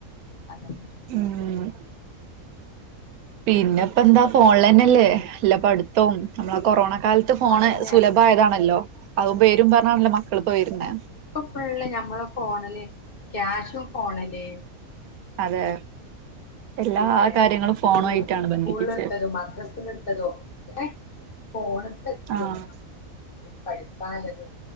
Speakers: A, on the left; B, on the right.
A: അതന്നെ
B: ഉം പിന്നെ പ്പ ന്താ ഫോണിലന്നെല്ലേ അല്ലപ്പ അടുത്തവും നമ്മള കൊറോണ കാലത്ത് ഫോണ്
A: അതന്നെ
B: സുലഭമായതാണല്ലോ അത പേരും പറഞ്ഞാണല്ലോ മക്കളിപ്പോ വരുന്ന
A: പ്പ ഫുള്ള് നമ്മള് ഫോണില് ക്യാഷും ഫോണില്
B: അതെ എല്ലാ
A: പിന്നെ
B: കാര്യങ്ങളും ഫോണു
A: പി
B: ആയിട്ടാണ്
A: സ്കൂളിൽ
B: ബന്ധിപ്പിച്ചത്
A: എടുത്തതും മദ്രസൽ എടുത്തതും ഒക്കെ പോണത്തെത്തും
B: ആഹ്
A: പഠിപ്പാനതും